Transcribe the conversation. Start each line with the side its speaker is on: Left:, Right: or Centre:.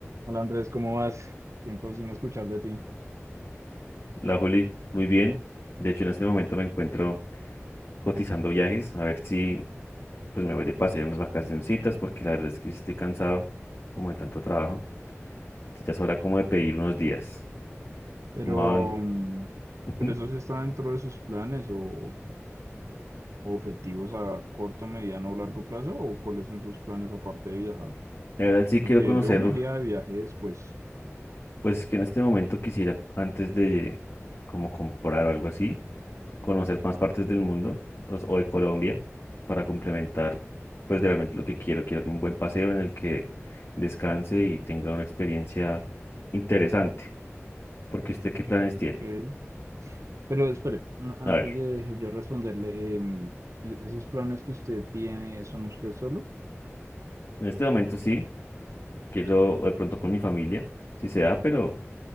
Right: Hola Andrés, ¿cómo vas? Tiempo sin escuchar de ti.
Left: La Juli, muy bien. De hecho, en este momento me encuentro cotizando viajes, a ver si pues me voy de paseo unas vacacioncitas, porque la verdad es que sí estoy cansado como de tanto trabajo. Entonces, Ya es hora como de pedir unos días.
Right: Pero,
Left: Como a dónde-
Right: mm,
Left: Ujú.
Right: ¿pero eso sí está dentro de sus planes o, o objetivos a corto, mediano o largo plazo? ¿O cuáles son sus planes aparte de viajar?
Left: La verdad sí
Right: Porque
Left: quiero conocer,
Right: yo me iría de viaje después.
Left: pues que en este momento quisiera antes de como comprar o algo así, conocer más partes del mundo o, o de Colombia para complementar, pues de realmente lo que quiero. Quiero un buen paseo en el que descanse y tenga una experiencia interesante. Porque usted, ¿qué planes tiene?
Right: Ok. Pero espere, n- antes
Left: A ver,
Right: de yo responderle, em, e- ¿esos planes que usted tiene son usted solo?
Left: en este momento sí, quiero de pronto con mi familia, si se da, pero